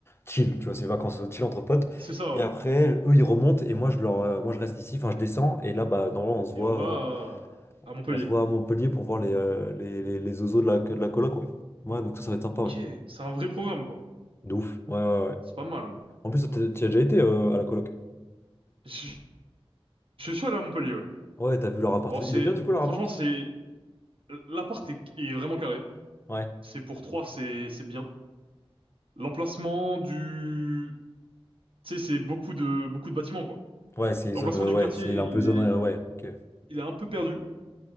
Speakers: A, on the left; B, on the right.
A: chill, tu vois, c'est vacances euh, chill entre potes.
B: C'est ça,
A: Et
B: ouais.
A: après, eux, ils remontent et moi, je leur, euh, moi, je reste ici, enfin, je descends et là, bah, normalement, on se
B: Et
A: voit,
B: on va
A: euh,
B: euh, à Montpellier.
A: on se voit à Montpellier pour voir les, euh, les, les, les zozos de la, de la coloc, ouais. Ouais, donc ça, ça va être sympa,
B: Ok,
A: ouais.
B: c'est un vrai programme, quoi.
A: De ouf, ouais, ouais, ouais.
B: C'est pas mal.
A: En plus, toi, t'es- t'y as déjà été euh, à la coloc.
B: Je, je suis allé à Montpellier, ouais.
A: Ouais, t'as vu leur appart.
B: Bon,
A: et
B: c'est
A: tout. Il est bien, du coup, leur appart?
B: franchement, c'est l'appart est, est vraiment carré.
A: Ouais.
B: C'est pour trois, c'est c'est bien. L'emplacement du, tu sais, c'est beaucoup de beaucoup de bâtiments quoi.
A: Ouais, c'est
B: L'emplacement
A: zone, euh,
B: du
A: ouais,
B: quartier,
A: c'est un
B: il
A: peu zone,
B: est
A: euh, ouais, ok.
B: il est un peu perdu.